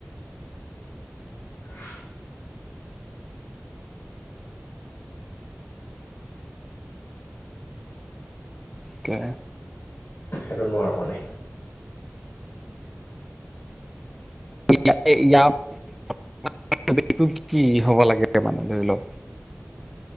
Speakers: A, on the left (about 65°); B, in the centre.
A: <inaudible>
B: তে
A: সেইটো নোৱাৰোঁ মানে
B: য়া এইটো কি হব লাগে মানে ধৰি লওক